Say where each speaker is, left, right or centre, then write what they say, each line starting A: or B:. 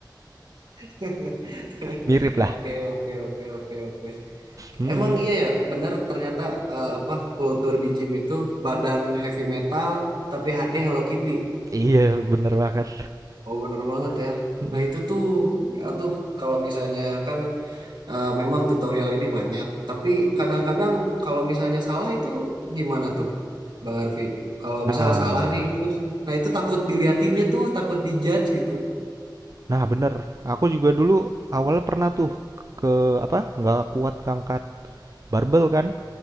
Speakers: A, on the right (about 75°); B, on the right (about 45°).
A: <laughs>
B: <laughs> Mirip lah.
A: Oke, oke, oke, oke, oke.
B: Mm-mm.
A: Emang iya ya, benar ternyata eh, apa kultur di gym itu badan heavy metal tapi hati Hello Kitty.
B: Iya bener banget.
A: Oh, bener banget ya.
B: <laughs> Mm-mm.
A: Nah, itu tuh atuh kalau misalnya kan Eh, memang tutorial ini banyak, tapi kadang-kadang kalau misalnya salah itu gimana tuh, Bang Arfi? Kalau
B: Nah
A: misal salah
B: Iya
A: nih,
B: ya.
A: terus, nah itu takut diliatinnya tuh, takut dijudge gitu.
B: Nah, bener. Aku juga dulu awalnya pernah tuh ke apa? Nggak kuat ngangkat barbel kan.